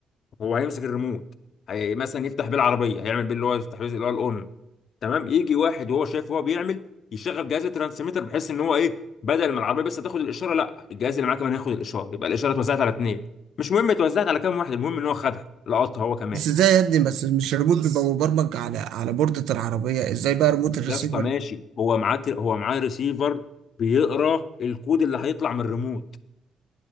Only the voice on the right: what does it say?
بس ازاي يا ابني بس مش كده الريموت بيبقى مبرمج على على بوردة العربية ازاي بقى ريموت الريسيفر